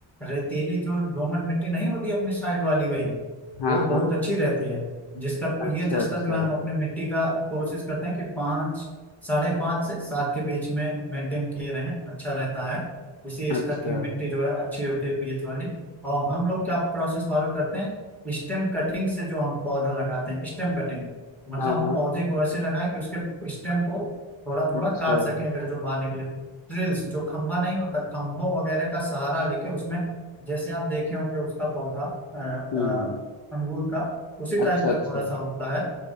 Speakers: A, in the centre; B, on the left (about 55°).
A: रेतीली जो दोमट मिट्टी नहीं होती अपनी साइड वाली वही
B: हाँ,
A: वो बहुत
B: हाँ।
A: अच्छी रहती है जिसका
B: अच्छा,
A: पीएच
B: अच्छा।
A: स्तर जो है हम अपने मिट्टी का कोशिश करते हैं कि पाँच साढ़े पाँच से सात के बीच में मेंटेन किए रहें अच्छा रहता है उसी
B: अच्छा।
A: स्तर की मिट्टी जो है अच्छी होती है पीएच वाली और हम लोग क्या प्रोसेस फॉलो करते हैं स्टेम कटिंग से जो हम पौधा लगाते हैं स्टेम कटिंग मतलब
B: हाँ,
A: हम
B: हाँ।
A: पौधे को ऐसे लगाएं कि उसके स्टेम को थोड़ा थोड़ा
B: अच्छा।
A: काट सकें अगर जो बाहर निकले ड्रिल्स जो खम्भा नहीं होता खम्भों वगैरह का सहारा लेके उसमें जैसे आप देखे होंगे उसका पौधा अ, अ,
B: हुँ।
A: अंगूर का उसी टाइप
B: अच्छा,
A: का
B: अच्छा।
A: थोड़ा सा होता है